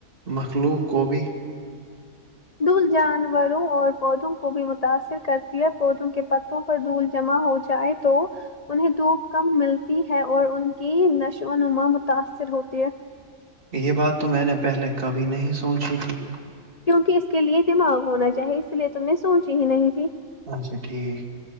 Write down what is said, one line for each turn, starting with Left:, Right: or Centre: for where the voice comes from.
Right: مخلوق قوبی
Left: دول جانوروں اور پودوں کو بھی متاثر کرتی ہے پودوں کے پتوں پر دول جمع ہو جائے تو انہیں دھوپ کم ملتی ہے اور ان کی نشو و نما متاثر ہوتی ہے
Right: یہ بات تو میں نے پہلے کبھی نہیں سوچی تھی
Left: کیونکہ اس کے لیے دماغ ہونا چاہیے اس لیے تم نے سوچی ہی نہیں تھی
Right: اچھا ٹھیک